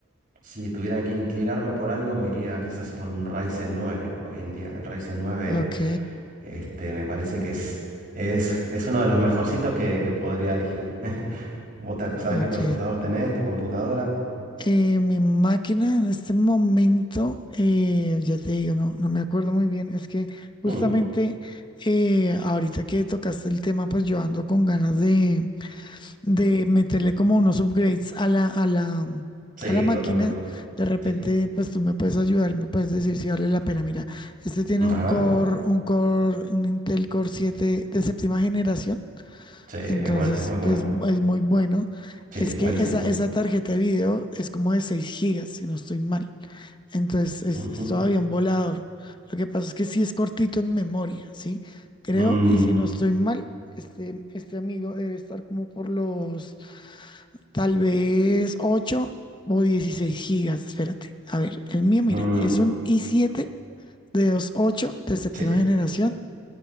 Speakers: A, on the right (about 40°); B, on the left (about 20°).
A: si tuvieran que inclinarme por algo, me iría quizás por un Ryzen 9 hoy en día. El Ryzen 9,
B: Ok,
A: este, me parece que es, es, es uno de los mejorcitos que, que podría elegir. <laughs> ¿Vos te- sabés
B: ok.
A: qué procesador tenés, tu computadora?
B: Eh, mi máquina en este momento, eh, ya te digo, no, no me acuerdo muy bien. Es que justamente
A: Mm,
B: eh, ahorita que tocaste el tema, pues yo ando con ganas de, de meterle como unos upgrades a la, a la,
A: sí,
B: a la máquina.
A: totalmente.
B: De repente,
A: Sí.
B: pues tú me puedes ayudar, me puedes decir si vale la pena. Mira, este tiene un
A: A
B: Core,
A: ver.
B: un Core, un Intel Core 7 de séptima generación.
A: Sí, es
B: Entonces,
A: bueno, es muy bueno.
B: que es, es muy bueno,
A: Sí,
B: es que
A: buenísimo.
B: esa, esa tarjeta de video es como de 6 gigas, si no estoy mal. Entonces, es,
A: Ujú.
B: es todavía un volador. Lo que pasa es que sí es cortito en memoria, ¿sí? Creo,
A: Mm,
B: y si no estoy mal, este, este amigo debe estar como por los tal vez ocho o dieciséis gigas. Espérate, a ver, el mío, mira,
A: mm,
B: es un i7 de dos punto ocho de séptima
A: sí.
B: generación